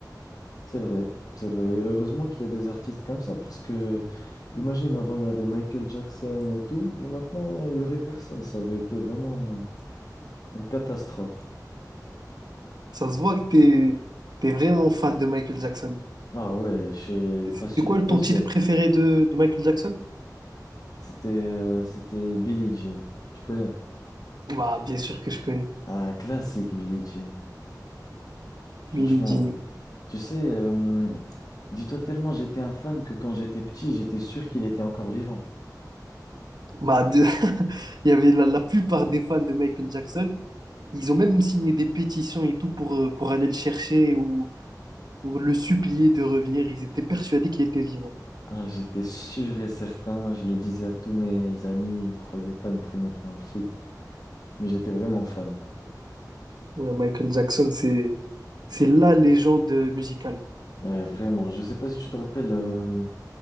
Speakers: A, on the left (about 60°); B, on the right (about 70°).
A: C'est vrai, c'est vrai. Heureusement qu'il y a des artistes comme ça parce que, imagine, avant il y avait Michael Jackson et tout, et maintenant il y aurait personne. Ça aurait été vraiment une catastrophe.
B: Ça se voit que t'es, t'es vraiment fan de Michael Jackson.
A: Ah ouais, je suis
B: C'est
A: passion-
B: c'est quoi ton
A: passionné.
B: titre préféré de, de Michael Jackson?
A: C'était euh, c'était Billie Jean, tu connais?
B: Bah, bien sûr que je connais.
A: Ah classique Billie Jean. Franchement,
B: Billie Jean.
A: tu sais, euh, dis-toi tellement j'étais un fan que quand j'étais petit, j'étais sûr qu'il était encore vivant.
B: Bah, de- <laughs> Il y avait la, la plupart des fans de Michael Jackson. Ils ont même signé des pétitions et tout pour, euh, pour aller le chercher ou pour le supplier de revenir. Ils étaient persuadés qu'il était vivant.
A: Ah, j'étais sûr et certain, je le disais à tous mes amis, ils me croyaient pas, ils me prenaient pour un fou, mais j'étais vraiment fan.
B: Ouais, Michael Jackson, c'est, c'est la légende musicale.
A: Ouais, vraiment. Je sais pas si tu te rappelles, euh,